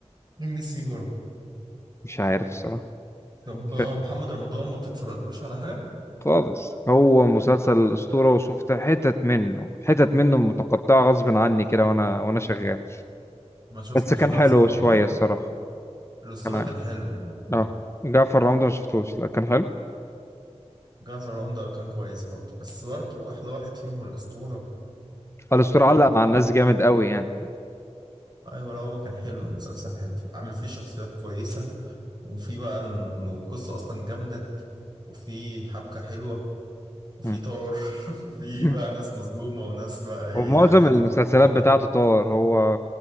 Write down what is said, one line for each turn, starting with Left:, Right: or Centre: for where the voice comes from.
Right: ام بي سي برضه
Left: مش عارف الصراحة
Right: طب آه،
Left: ف-
Right: محمد رمضان ما بتتفرجلوش على حاجة؟
Left: خالص هو مسلسل أسطورة وشفت حتت منه حتت منه متقطعة غصب عني كده وانا وانا شغال
Right: ما شفتش
Left: بس كان
Right: جعفر
Left: حلو
Right: العمدة
Left: شوية الصراحة
Right: الأسطورة
Left: كان عارف.
Right: كان حلو والله.
Left: اه جعفر رمضان ما شفتوش لا كان حلو
Right: جعفر العمدة كان كويس برضه بس برضه أحلى واحد فيهم الأسطورة
Left: الأسطورة
Right: لا
Left: علق
Right: ده
Left: مع الناس
Right: بجد
Left: جامد
Right: حلو.
Left: قوي يعني
Right: أيوة لا هو كان حلو المسلسل حلو عامل فيه شخصيات كويسة وفي بقى ال- والقصة أصلا جامدة وفي حبكة حلوة وفي
Left: مم.
Right: طار <laughs> وفي
Left: <clears throat>
Right: بقى ناس
Left: <laughs>
Right: مظلومة وناس بقى إيه
Left: ومعظم
Right: عايزة
Left: المسلسلات
Right: تاخد حقها
Left: بتاعته طار هو